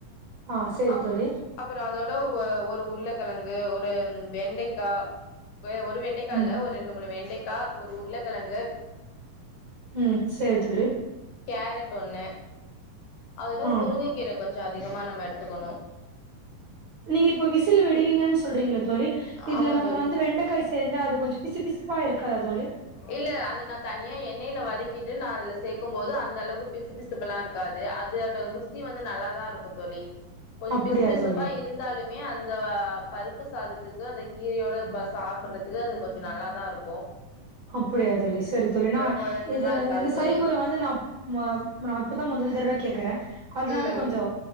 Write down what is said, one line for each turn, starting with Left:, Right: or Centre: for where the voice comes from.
Right: ஆ சேரி
Left: அப்
Right: தோழி
Left: அப்பறோ அதோட அ ஒரு உருளக்கெழங்கு ஒரு வெண்டக்கா ஒரு வெண் வெண்டைக்கா
Right: ம்
Left: இல்ல ஒரு ரெண்டு மூணு வெண்டைக்கா ஒரு உருளக்கெழங்கு
Right: ம் சேர் தோழி
Left: கேரட் ஒன்னு அதோட
Right: ஆ
Left: முருங்க கீர கொஞ்சொ அதிகமா நம்ம எடுத்துக்கொணு
Right: நீங்க இப்ப விசில் விடுவிங்கன் சொல்றீங்களா தோழி இதுல
Left: ஆமா
Right: நம்மவந்து
Left: தோழி
Right: வெண்டைக்காய் சேந்தா அது கொஞ்சொ பிசு பிசுப்பா இருக்காதா தோழி
Left: இல்ல அது நா தனியா எண்ணெய்ல வதக்கிட்டு நா அதுல சேக்கும்போது அந்த அளவுக்கு பிசு பிசுப்பெலாஇருக்காது து அதோட ருசி வந்து நல்லாதா தா இருக்கு தோழி
Right: அப்படியா
Left: பிசு பிசுப்பா
Right: தோழி
Left: இ இருந்தாலுமே அந்த பருப்பு சாதத்துக்கு அந்த கீரையோடு ப்ப சாப்புட்றதுக்கு அது கொஞ்சொ நல்லா தாஇருக்கூ
Right: அப்புடியா தோழி செரி தோழி நா
Left: கொழன்னுல்லா
Right: இது
Left: இருக்காது
Right: இந்த செய்முற
Left: தோழி
Right: வந்து நா ஆமா நா இப்பதா முதல் தடவை கேக்குறே அதனால
Left: ம்
Right: கொஞ்சொ